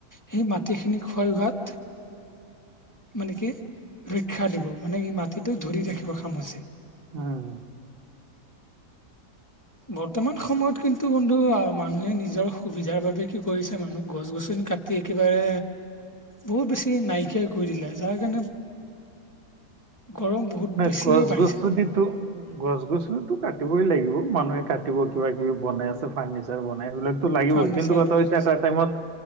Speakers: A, on the left; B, on the right.
A: সেই মাটিখিনি ক্ষয় হোৱাত মানে কি, ৰক্ষা দিব, মানে কি মাটিটো ধৰি ৰাখিব খামুচি।
B: উম,
A: বৰ্তমান সময়ত কিন্তু বন্ধু আহ মানুহে নিজৰ সুবিধাৰ বাবে কি কৰিছে মানুহ গছ গছনি কাট টি একেবাৰে, বহুত বেছি নাইকিয়া কৰি দিলে যাৰ কাৰণে গৰম। বহুত
B: নাই,
A: বেছিয়ে
B: গছ
A: বাঢ়িছে
B: গছনিটো গছ গছনিটো কাটিবই লাগিব মানুহে কাটিব কিবা কিবি বনাই আছে ফাৰ্নিচাৰ বনাই সেইবিলাক টো লাগিবই,
A: ফাৰ্ণিচাৰ
B: কিন্তু কথা
A: বনাই
B: হৈছে এটা টাইমত